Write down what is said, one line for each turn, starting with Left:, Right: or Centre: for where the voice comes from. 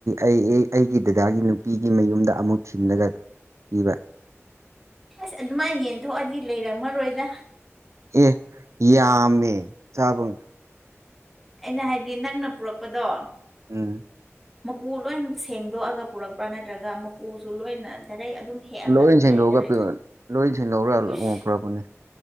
Right: ꯑꯩ ꯑꯩꯒꯤ ꯗꯗꯥꯒꯤ ꯅꯨꯄꯤꯒꯤ ꯃꯌꯨꯝꯗ ꯑꯃꯨꯛ ꯊꯤꯜꯂꯒ ꯄꯤꯕ
Centre: ꯑꯁ ꯑꯗꯨꯃꯥꯏꯅ ꯌꯦꯟꯊꯣꯛꯑꯗꯤ ꯂꯩꯔꯝꯃꯔꯣꯏꯗ
Right: ꯑꯦ ꯌꯥꯝꯃꯦ ꯆꯥꯕ
Centre: ꯑꯩꯅ ꯍꯥꯏꯗꯤ ꯅꯪꯅ ꯄꯨꯔꯛꯄꯗꯣ
Right: ꯎꯝ
Centre: ꯃꯀꯨ ꯂꯣꯏ ꯁꯦꯡꯗꯣꯛꯑꯒ ꯄꯨꯔꯛꯄ꯭ꯔꯥ ꯅꯠꯇ꯭ꯔꯒ ꯃꯀꯨꯁꯨ ꯂꯣꯏꯅ ꯗꯥꯏꯔꯦꯛ ꯑꯗꯨꯝ ꯍꯦꯛꯑꯒ
Right: ꯂꯣꯏ
Centre: ꯗꯥꯏꯔꯦꯛ
Right: ꯁꯦꯡꯗꯣꯛꯔꯒ
Centre: ꯗꯥꯏꯔꯦꯛ
Right: ꯄꯨꯔꯛ ꯂꯣꯏꯅ ꯁꯦꯡꯗꯧꯔꯒ
Centre: ꯎꯁ
Right: ꯎꯝ ꯄꯨꯔꯛꯄꯅꯦ